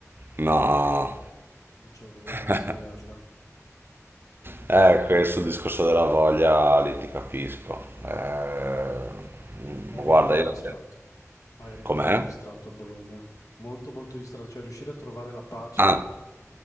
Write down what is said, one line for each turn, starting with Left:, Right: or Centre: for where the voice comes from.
Right: No.
Left: Eppure non c'avevo voglia di
Right: <laughs>
Left: studiarla. <laughs> Mhm.
Right: Eh, questo discorso della voglia, lì ti capisco. Eh,
Left: Eh,
Right: guarda,
Left: Eri molto
Right: io
Left: distratto.
Right: la...
Left: Ah, Eri
Right: Com'è?
Left: molto distratto a Bologna. Molto, molto distratto, cioè riuscire a trovare la pace
Right: Ah,